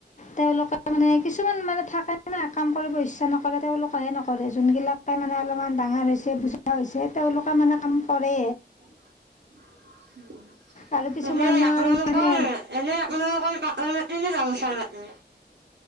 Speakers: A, on the left; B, on the right.
A: তেওঁলোকে মানে কিছুমান মানে থাকে কাম কৰিব ইচ্ছা নকৰে তেওঁলোকে ভয় নকৰে যোনবিলাকে মানে অলপমান ডাঙৰ হৈছে যে বুজা হৈছে তেওঁলোকে মানে কাম কৰে
B: উম
A: আৰু কিছুমানৰ
B: এনে আপোনালোকৰ
A: মানে
B: এনেই আপোনালোকৰ পাটৰ মাটি নে গামোচাৰ মাটি